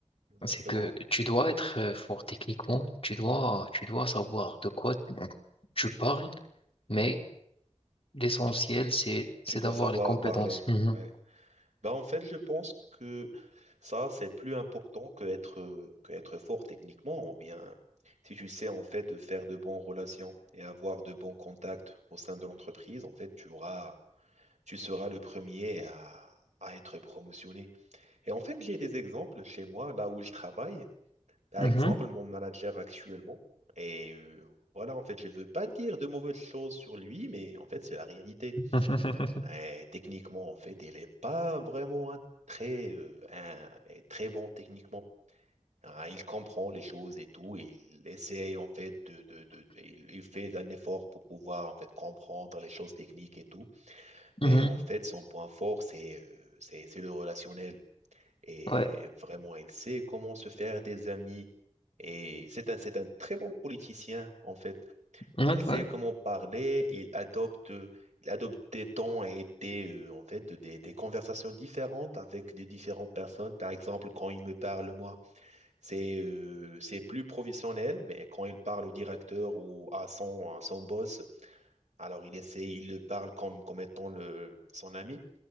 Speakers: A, on the right; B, on the left.
A: Exactement.
B: c'est que tu dois être euh, fort techniquement, tu dois, tu dois savoir de quoi tu tu parles, mais l'essentiel,
A: Tu,
B: c'est, c'est
A: tu dois
B: d'avoir
A: savoir
B: les compétences.
A: parler.
B: Mhm.
A: Ouais. Ben, en fait, je pense que ça, c'est plus important que être, que être fort techniquement, ou bien si tu sais, en fait, faire de bonnes relations et avoir de bons contacts au sein de l'entreprise, en fait, tu auras tu seras le premier à, à être promotionné. Et en fait, j'ai des exemples chez moi, là où je travaille. Par
B: Mhm.
A: exemple, mon manager actuellement. Et euh, voilà, en fait, je ne veux pas dire de mauvaises choses sur lui, mais en fait, c'est la réalité.
B: <laughs>
A: Et techniquement, en fait, il n'est pas vraiment un très, euh, un- très bon techniquement. Hein, il comprend les choses et tout. Il essaye, en fait, de, de, de- il, il fait un effort pour pouvoir, en fait, comprendre les choses techniques et tout. Mais
B: Mhm.
A: en fait, son point fort, c'est euh, c'est c'est le relationnel. Et
B: Ouais.
A: vraiment, il sait comment se faire des amis. Et c'est un, c'est un très bon politicien, en fait.
B: Mhm.
A: Il sait
B: Ouais.
A: comment parler, il adopte, il adopte des tons et des, euh, en fait, des, des conversations différentes avec des différentes personnes. Par exemple, quand il me parle, moi, c'est euh, c'est plus professionnel, mais quand il parle au directeur ou à son, à son boss, alors il essaie, il le parle comme, comme étant le, son ami.